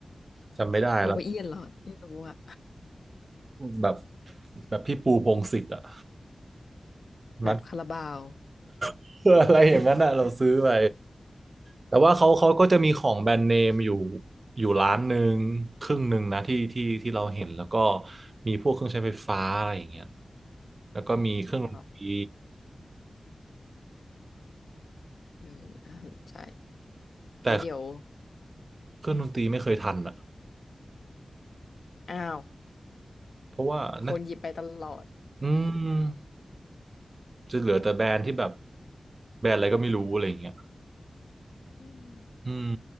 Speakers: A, on the right; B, on the left.
A: จำไม่ได้แล้ว
B: ฮาวายเอียนเหรอไม่รู้อะ
A: แบบแบบพี่ปูพงษ์สิทธิ์อะ
B: แบบคาราบาว
A: มัด <laughs> อะไรอย่างนั้นอะเราซื้อไปแต่ว่าเขาเขาก็จะมีของแบรนด์เนมอยู่อยู่ร้านหนึ่งครึ่งหนึ่งนะที่ที่ที่เราเห็นแล้วก็มีพวกเครื่องใช้ไฟฟ้าอะไรอย่างเงี้ยแล้วก็มีเครื่องดนตรี
B: แบบเออน่าสนใจ
A: แต่
B: ไว้เดี๋ยว
A: เครื่องดนตรีไม่เคยทันอะ
B: อ้าว
A: เพราะว่าน่า
B: คนหยิบไปตลอด
A: อืมจะเหลือแต่แบรนด์ที่แบบแบรนด์อะไรก็ไม่รู้อะไรอย่างเงี้ย
B: อืม
A: อืม